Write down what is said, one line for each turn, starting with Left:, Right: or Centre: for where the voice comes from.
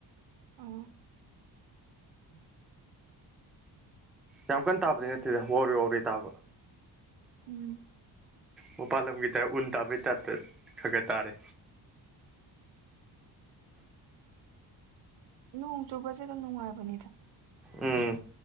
Right: ꯑꯣ <unintelligible>
Centre: ꯌꯥꯝ ꯀꯟꯅ ꯇꯥꯕꯗꯤ ꯅꯠꯇꯦꯗ ꯋꯥꯎꯔꯤ ꯋꯥꯎꯔꯤ ꯇꯥꯕ
Right: ꯎꯝ
Centre: ꯃꯄꯥꯜꯂꯝꯒꯤ ꯇꯥꯏꯞ ꯎꯟ ꯇꯥꯕꯩ ꯇꯞꯇ ꯈꯔ ꯈꯔ ꯇꯥꯔꯤ
Right: ꯅꯣꯡ ꯆꯨꯕꯁꯦ ꯑꯗꯨꯝ ꯅꯨꯡꯉꯥꯏꯕꯅꯤꯗ
Centre: ꯎꯝ